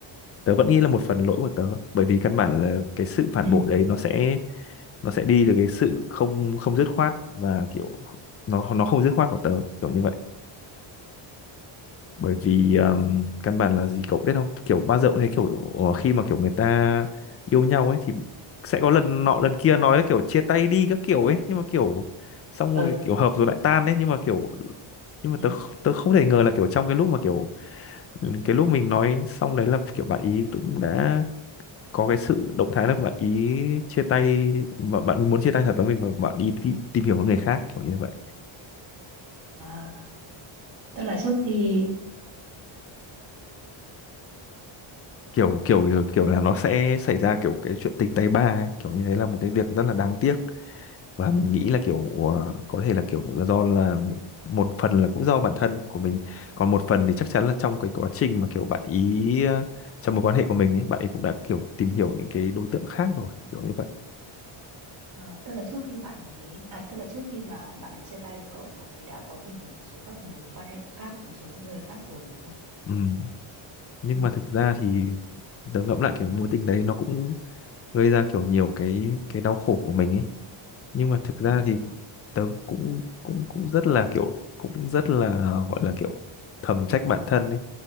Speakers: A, on the left; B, on the right.
A: tớ vẫn nghĩ là một phần lỗi của tớ bởi vì căn bản là cái sự phản
B: ừ
A: bội đấy nó sẽ nó sẽ đi từ cái sự không không dứt khoát và kiểu nó nó không dứt khoát của tớ kiểu như vậy bởi vì
B: ừ
A: um, căn bản là gì cậu biết không kiểu bao giờ cũng thấy kiểu ờ, khi mà kiểu người ta yêu nhau ấy thì sẽ có lần nọ lần kia nói là kiểu chia tay đi các kiểu ấy nhưng mà kiểu xong rồi
B: ừ
A: kiểu hợp rồi lại tan đấy nhưng mà kiểu nhưng mà
B: ừ
A: tớ kh- tớ không thể ngờ là kiểu trong cái lúc mà kiểu cái lúc mình nói xong đấy là kiểu bạn ý cũng đã có cái sự động thái là bạn ý chia tay và bạn muốn chia tay thật với mình và bạn ý đi tìm hiểu với người khác kiểu như vậy
B: À, tức là trước khi
A: kiểu kiểu kiểu, là nó sẽ xảy ra kiểu cái chuyện tình tay ba ấy. kiểu như thế là một cái việc rất là đáng tiếc và mình nghĩ là kiểu ờ, có thể là kiểu là do là một phần là cũng do bản thân của mình còn một phần thì chắc chắn là trong cái quá trình mà kiểu bạn ý ờ, trong mối quan hệ của mình ấy bạn ấy cũng đã kiểu tìm hiểu những cái đối tượng khác rồi kiểu như vậy
B: à, tức là trước khi bạn ấy à tức là trước khi mà bạn ấy chia tay với cậu là bạn ấy đã có tìm hiểu một số các mối quan hệ khác, một số những người khác rồi đúng không?
A: ừ nhưng
B: Ừ.
A: mà thực ra thì tớ ngẫm lại kiểu mối tình đấy nó cũng gây ra kiểu nhiều cái cái đau khổ của mình ấy nhưng mà thực ra
B: ừ
A: thì tớ cũng cũng cũng rất là kiểu cũng rất là gọi là kiểu thầm trách bản thân ấy